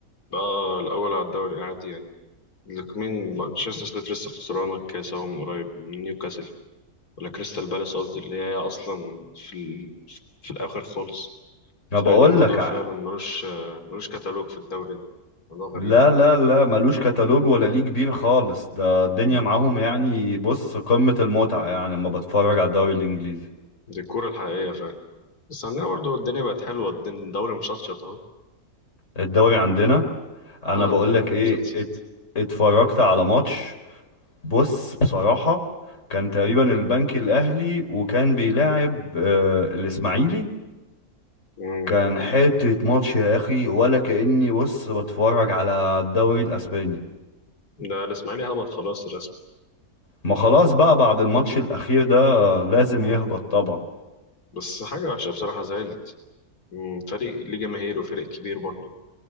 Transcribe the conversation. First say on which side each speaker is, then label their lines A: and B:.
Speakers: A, on the left; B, on the left.
A: بقى الأول على الدوري العادي يعني لك مين مانشستر سيتي لسه خسرانة الكاس أهو من قريب من نيوكاسل ولا كريستال بالاس قصدي اللي هي أصلا في ال... في الآخر خالص
B: ما بقول
A: فعادي الموضوع
B: لك
A: فعلا ملوش ملوش كتالوج في الدوري ده موضوع غريب
B: لا
A: أوي
B: لا لا ملوش كتالوج ولا ليه كبير خالص ده الدنيا
A: مم.
B: معاهم يعني بص قمة المتعة يعني لما بتفرج على الدوري الإنجليزي
A: دي الكورة الحقيقية فعلا بس عندنا برضو الدنيا بقت حلوة الدن- الدوري مشطشط أهو
B: الدوري عندنا انا
A: <laughs> اه
B: بقول
A: الدوري
B: لك
A: عندنا
B: ايه
A: مشطشط
B: ات- اتفرجت على ماتش بص بصراحة كان تقريبا البنك الاهلي وكان بيلاعب آه الاسماعيلي
A: مم.
B: كان حتة ماتش يا اخي ولا كأني بص بتفرج على الدوري الاسباني
A: ده الإسماعيلي هبط خلاص الرسم
B: ما خلاص بقى بعد الماتش الاخير ده لازم
A: مم.
B: يهبط طبعا
A: بس حاجة وحشة بصراحة زعلت مم. فريق ليه جماهير وفريق كبير برضو